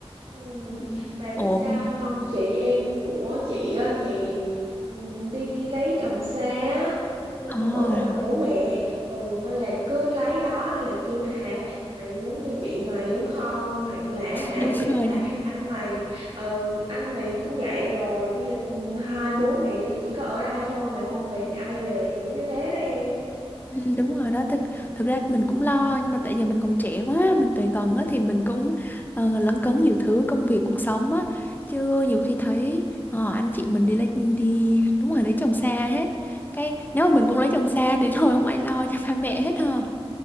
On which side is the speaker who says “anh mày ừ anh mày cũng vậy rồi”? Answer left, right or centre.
Right